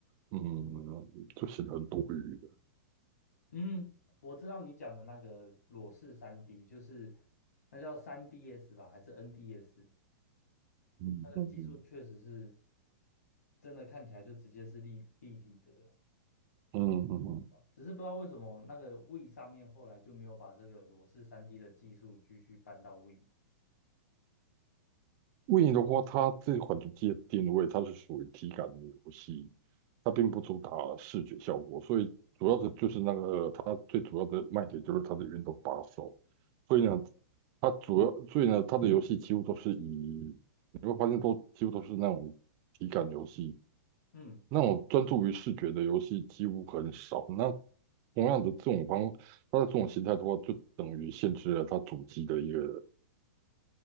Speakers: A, on the right; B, on the left.
A: 嗯，就显得很多余的。
B: 嗯，我知道你讲的那个裸视三 d 就是那叫三 d s 吧，还是 NDS？
A: 嗯嗯，
B: 它的技术确实是
A: 嗯
B: 真的看起来就直接是立立体的，
A: 嗯嗯嗯嗯
B: 只是不知道为什么那个 Wii 上面后来就没有把这个裸视三 d 的技术继续搬到 Wii。
A: w i 的话，它这款主机的定位，它是属于体感的游戏，它并不主打视觉效果，所以主要的就是那个它最主要的卖点就是它的运动把手，所以呢，它主要，所以呢，它的游戏几乎都是以你会发现都几乎都是那种体感游戏，
B: 嗯
A: 那种专注于视觉的游戏几乎很少。那同样的这种方，它的这种形态的话，就等于限制了它主机的一个，